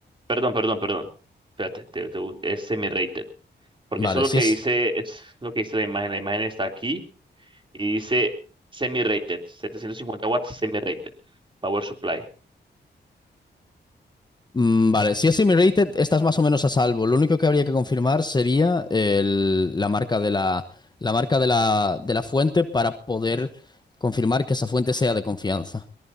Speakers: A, on the right; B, on the left.
A: Perdón, perdón, perdón. Espérate, te- te bu- es semi-rated. Porque
B: Vale,
A: eso es lo
B: si
A: que
B: es...
A: dice, es lo que dice la imagen. La imagen está aquí y dice semi-rated. 750 watts semi-rated. Power supply.
B: mm, Vale, si es semi-rated, estás más o menos a salvo. Lo único que habría que confirmar sería el- la marca de la, la marca de la, de la fuente para poder confirmar que esa fuente sea de confianza.